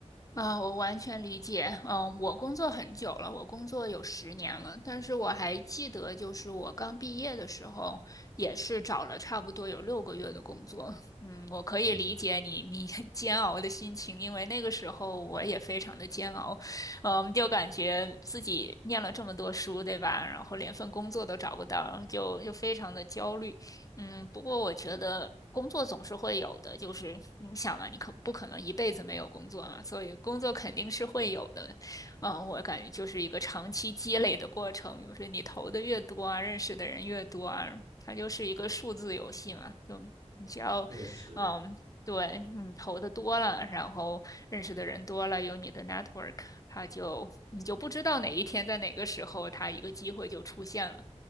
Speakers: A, on the left (about 30°); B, on the right (about 70°).
A: 啊，我完全理解。嗯，我工作很久了，我工作有十年了，但是我还记得，就是我刚毕业的时候，也是找了差不多有六个月的工作。嗯，我可以理解你你很煎熬的心情，
B: 嗯，
A: 因为那个时候我也非常的煎熬。嗯，就感觉自己念了这么多书，对吧？然后连份工作都找不到，就就非常的焦虑。嗯，不过我觉得工作总是会有的，就是你想嘛，你可不可能一辈子没有工作嘛？所以工作肯定是会有的。嗯，我感觉就是一个长期积累的过程，就是你投的越多啊，认识的人越多啊，它就是一个数字游戏嘛。就你只要，
B: 确实。
A: 嗯，对，你投的多了，然后认识的人多了，有你的 network，它就你就不知道哪一天在哪个时候，它一个机会就出现了。